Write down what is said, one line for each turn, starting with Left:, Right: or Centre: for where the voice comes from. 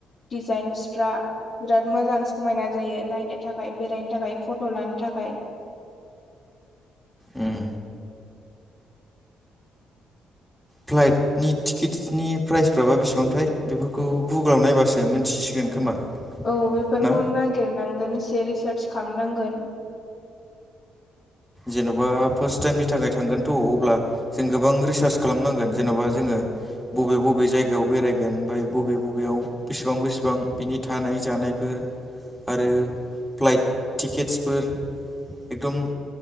Left: डिजाइन्सफ्रा बिराद मोजां समायना जायो नायनो थाखाय थाखाय फट' लानो थाखाय
Centre: उम फ्लाइटनि टिकेट्सनि प्राइसफ्राबा बेसेबांथाय बेफोरखौ गुगोलाव नायबासो मोनथिसिगोन खोमा
Left: औ बेफोरखौनो
Centre: ना
Left: नागिरनांगोन एसे रिसार्च खामनांगोन
Centre: जेन'बा फार्स्ट टाइमनि थाखाय थांगोनथ' अब्ला जों गोबां रिसार्च जेन'बा जोङो बबे बबे जायगायाव बेरायगोन ओमफ्राय बबे बबेयाव बेसिबां बेसिबां बिनि थानाय जानायफोर आरो फ्लाइट टिकेट्सफोर एकदम